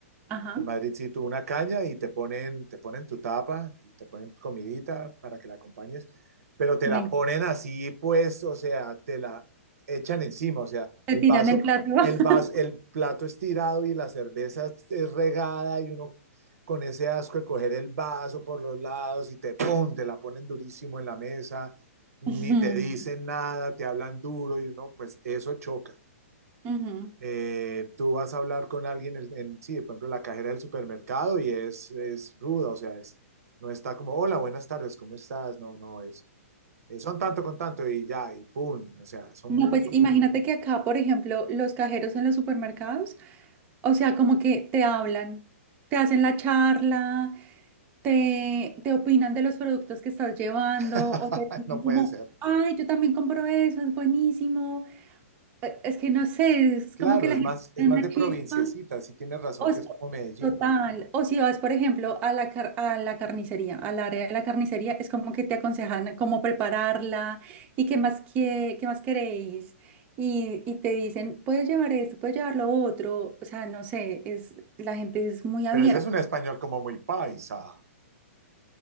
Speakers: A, on the right; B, on the right.
A: Ajá,
B: En Madrid sí, tú una caña y te ponen, te ponen tu tapa y te ponen comidita para que la acompañes, pero te
A: me
B: la
A: encanta.
B: ponen así, pues, o sea, te la echan encima, o sea,
A: Te
B: el
A: tiran
B: vaso,
A: el plato. <laughs>
B: el vaso, el plato estirado y la cerveza es regada y uno con ese asco de coger el vaso por los lados y te pon, te la ponen durísimo en la mesa, ni
A: Ujú,
B: te dicen nada, te hablan duro y uno, pues, eso choca
A: ujú.
B: eh, tú vas a hablar con alguien, en, en- sí, por ejemplo, la cajera del supermercado y es, es ruda, o sea, es, no está como, hola, buenas tardes, ¿cómo estás? No, no, es, eh, son tanto con tanto y ya, y pum, o sea, son
A: No,
B: muy,
A: pues imagínate que acá, por ejemplo, los cajeros en los supermercados, o sea, como que te hablan, te hacen la charla, te, te opinan de los productos que estás llevando
B: <laughs>
A: o te dicen
B: no
A: como,
B: puede ser.
A: ay, yo también compro eso, es buenísimo. Eh, Es que no sé, es
B: Claro,
A: como que la
B: es
A: gente
B: más,
A: tiene
B: es más
A: una
B: de
A: chispa.
B: provinciecita, sí tienes razón
A: O
B: que
A: es-
B: es como Medellín,
A: total. O si vas, por ejemplo, a la, car- a la carnicería, al área de la carnicería, es como que te aconsejan cómo prepararla y qué más, que, qué más queréis. Y, y te dicen, puedes llevar esto, puedes llevar lo otro. O sea, no sé, es, la gente es muy abierta.
B: pero ese es un español como muy paisa.